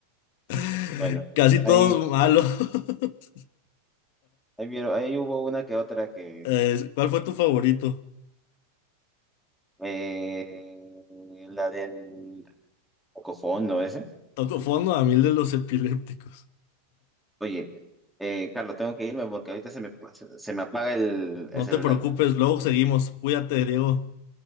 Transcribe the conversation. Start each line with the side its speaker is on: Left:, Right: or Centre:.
Left: <laughs>
Centre: Bueno,
Left: Casi
Centre: ahí,
Left: todos malos. <laughs>
Centre: ahí vieron, ahí hubo una que otra que,
Left: Eh, ¿Cuál fue tu favorito?
Centre: eh, la del cocofondo ese.
Left: Toco fondo a mil de los epilépticos.
Centre: Oye, eh, Carlos, tengo que irme porque ahorita se me, se, se me apaga el,
Left: No
Centre: el celular.
Left: te preocupes, luego seguimos. Cuídate, Diego.